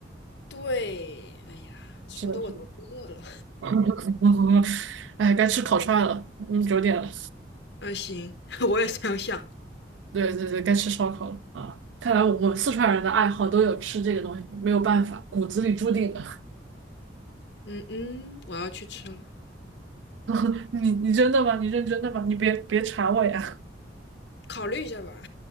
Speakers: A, on the left (about 65°); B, on the right (about 80°).
A: 对，哎呀，说的我都饿了。
B: 是的，是的。<laughs> 哎，该吃烤串了，嗯，九点了，
A: 嗯，行，<laughs> 我也这样想。
B: 对对对，该吃烧烤了啊！看来我们四川人的爱好都有吃这个东西，没有办法，骨子里注定的。
A: 嗯嗯，我要去吃了。
B: <laughs> 你你真的吗？你认真的吗？你别别馋我呀！
A: 考虑一下吧。